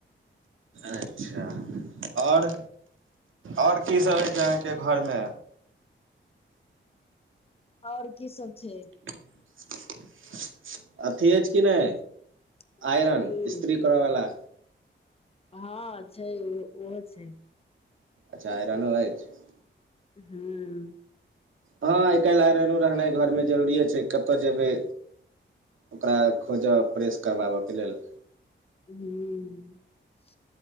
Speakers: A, on the right (about 80°); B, on the left (about 30°).
A: अच्छा आओर आओर कीसभ होइ छै अहाँके घरमे
B: आओर की सब छै
A: <inaudible> अथी अछि कि नहि
B: की
A: आयरन स्त्री करय वाला
B: हँ छै ओहो छै
A: अच्छा आइरनो अछि
B: हूं
A: हँ आ काल्हि आयरनो रहनाइ घरमे जरूरिए छै कतय जेबै ओकरा खोजऽ प्रेस करबाबऽके लेल
B: हूं